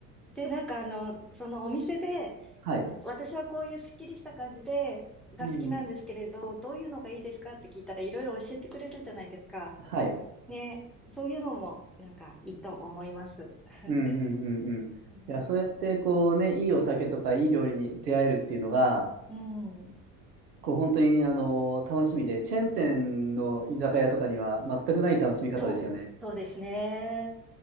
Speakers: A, in the centre; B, on the right (about 85°).
A: で、なんかあの、そのお店で、
B: はい。
A: 私はこういうすっきりした感じで、が好きなんですけれど、
B: うん。
A: どういうのがいいですかって聞いたらいろいろ教えてくれるじゃないですか。
B: はい。
A: ね、そういうのもなんかいいと思います。<laughs>
B: うんうんうんうん。いや、
A: ね
B: そうやってこうね、いいお酒とかいい料理に出会えるっていうのが、
A: うん、
B: こう本当にあの、楽しみで、チェーン店の居酒屋とかには全くない楽しみ方ですよね。
A: そう、そうですね。